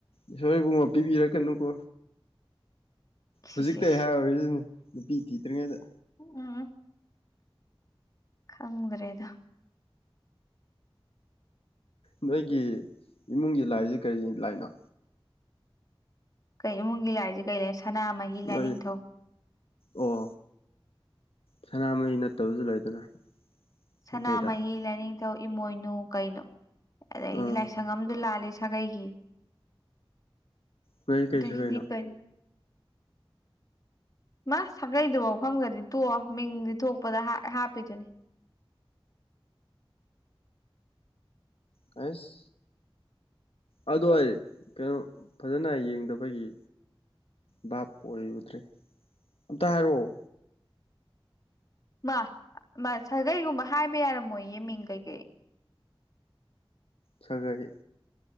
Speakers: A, on the left; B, on the left.
A: ꯏꯁꯣꯔ ꯏꯕꯨꯡꯉꯣ ꯄꯤꯕꯤꯔꯛꯀꯅꯨꯀꯣ
B: ꯁꯤꯁ
A: ꯍꯧꯖꯤꯛꯇꯩ ꯍꯥꯏꯍꯧꯔꯤꯁꯤꯅꯤ ꯅꯨꯄꯤ ꯊꯤꯗ꯭ꯔꯤꯉꯩꯗ
B: ꯎꯝ ꯈꯪꯗ꯭ꯔꯦꯗ
A: ꯅꯣꯏꯒꯤ ꯏꯃꯨꯡꯒꯤ ꯂꯥꯏꯁ ꯀꯔꯤ ꯂꯥꯏꯅꯣ
B: ꯀꯩ ꯏꯃꯨꯡꯒꯤ ꯂꯥꯏꯁꯦ ꯀꯔꯤ ꯂꯩ ꯁꯅꯥꯃꯍꯤ ꯂꯥꯏꯅꯤꯡꯊꯧ
A: ꯅꯣꯏ ꯑꯣ ꯁꯅꯥꯃꯍꯤ ꯅꯠꯇꯕꯁꯨ ꯂꯩꯗꯅ
B: ꯁꯅꯥꯃꯍꯤ
A: ꯃꯩꯇꯩꯗ
B: ꯂꯥꯏꯅꯤꯡꯊꯧ ꯏꯃꯣꯏꯅꯨ ꯀꯩꯅꯣ ꯑꯗꯗꯒꯤꯗꯤ
A: ꯑꯥ
B: ꯂꯥꯏꯁ ꯪ ꯑꯝꯗ ꯂꯥꯂꯦ ꯁꯥꯒꯩꯒꯤ
A: ꯅꯣꯏ
B: ꯑꯗꯒꯤꯗꯤ
A: ꯀꯩ ꯁꯥꯒꯩꯅꯣ
B: ꯀꯩꯅ ꯃꯥ ꯁꯥꯒꯩꯗꯨꯐꯥꯎ ꯈꯪꯗ꯭ꯔꯗꯤ ꯇꯣꯛꯑꯣ ꯃꯤꯡꯗꯤ ꯊꯣꯛꯄꯗ ꯍꯥꯞꯄꯤꯗꯨꯅꯤ
A: ꯀꯥꯏꯁ ꯑꯗꯨꯗꯣ ꯑꯩ ꯀꯩꯅꯣ ꯐꯖꯅ ꯌꯦꯡꯗꯕꯒꯤ ꯚꯥꯞ ꯑꯣꯏꯔꯨꯗ꯭ꯔꯦ ꯑꯝꯇ ꯍꯥꯏꯔꯛꯑꯣ
B: ꯃꯥ ꯃꯥ ꯁꯥꯒꯩꯒꯨꯝꯕ ꯍꯥꯏꯕ ꯌꯥꯔꯝꯃꯣꯏ ꯌꯦꯃꯤꯡ ꯀꯩꯀꯩ
A: ꯁꯥꯒꯩ